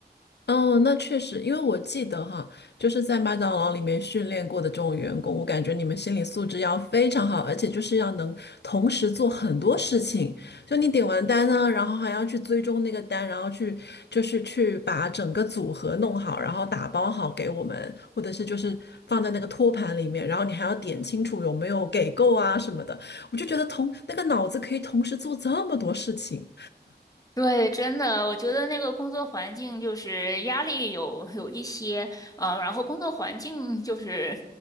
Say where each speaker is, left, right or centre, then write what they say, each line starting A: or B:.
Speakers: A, on the left (about 75°); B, on the left (about 20°).
A: 哦，那确实，因为我记得哈，就是在麦当劳里面训练过的这种员工，我感觉你们心理素质要非常好，而且就是要能同时做很多事情。就你点完单呢，然后还要去追踪那个单，然后去就是去把整个组合弄好，然后打包好给我们，或者是就是放在那个托盘里面，然后你还要点清楚有没有给够啊什么的。我就觉得同那个脑子可以同时做这么多事情。
B: 对，真的，我觉得那个工作环境就是压力有有一些，嗯、然后工作环境就是